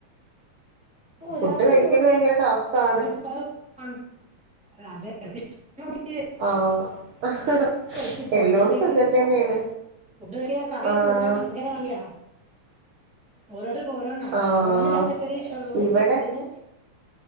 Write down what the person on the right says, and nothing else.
ഫുഡ്
കഴിക്കല്
ഭയ്ങ്കര
ടാസ്ക്കാണ്
ആഹ്
എല്ലോടത്തും
ഇങ്ങനെ തന്നെയാണ്
ആഹ്
ആഹ്
ഇവിടെ